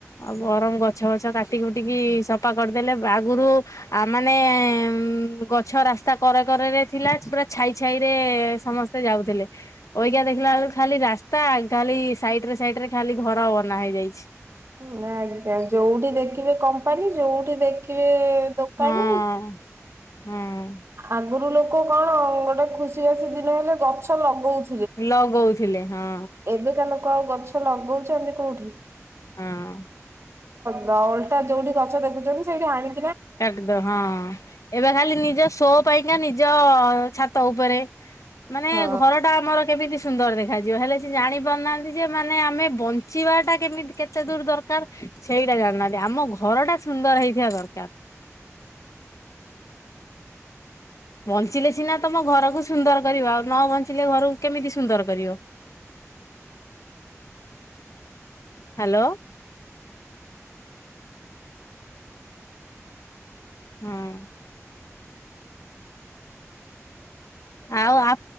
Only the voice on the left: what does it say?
ଆଉ ଗରମ ଗଛ ବଛ କାଟିକି କୁଟିକି ସଫା କରିଦେଲେ ଆଗରୁ ଆ ମାନେ ଉ ଗଛ ରାସ୍ତା କରେକରେ ରେ ଥିଲା ପୁରା ଛାଇ। ଛାଇ ରେ ସମସ୍ତେ ଯାଉଥିଲେ ଓଗା ଦେଖିଲା ବେଳ ଖାଲି ରା ତା ଖାଲି ସାଇଟ ରେ ସାଇଟରେ ଖାଲି ଘର ବନା ହେଇଯାଇଛି।
ହଁ ହଁ
ଲଗଉଥିଲେ ହଁ
ହଁ।
କାଦ ହଁ ଏବେ ଖାଲି ନିଜ ଶୋ ପାଇଁ ଆଞ ନିଜ ଛାତ ଉପରେ ମାନେ
ଘର ଟା ଆମର କେମିତି? ସୁନ୍ଦର ଦେଖାଯିବ ହେଲେ ସେ ଜାଣି ପାରୁନାହାନ୍ତି ଯେ ମାନେ ଆମେ ବଞ୍ଚିବା ଟା କେମିତି କେତେ ଦୂର ଦରକାର ସେଇଟା ଜାଣିନାହାନ୍ତି ଆମ ଘରଟା ସୁନ୍ଦର ହେଇଥିବା ଦରକାର। ବଞ୍ଚିଲେ ସିନା ତମ ଘରକୁ ସୁନ୍ଦର କରିବ ଆଉ ନ ବଞ୍ଚିଲେ ଘରକୁ କେମିତି ସୁନ୍ଦର କରିବ।
ହ୍ୟାଲୋ। ହଁ। ଆଉ ଆ